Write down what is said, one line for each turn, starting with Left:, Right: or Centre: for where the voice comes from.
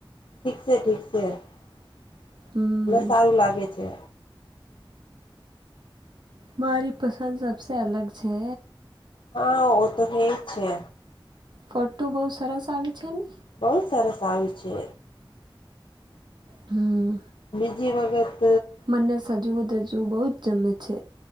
Left: ઠીકસે ઠીક છે એટલે
Right: હમ
Left: સારું લાગે છે
Right: મારી પસંદ સબસે અલગ છે
Left: હા ઓ તો હે છે
Right: ફોટો બહુ સરસ આવી છે ને
Left: બહુ સરસ આવી છે
Right: હમ
Left: બીજી વખત
Right: મને સજવું ધજવું બહુ જ જમે છે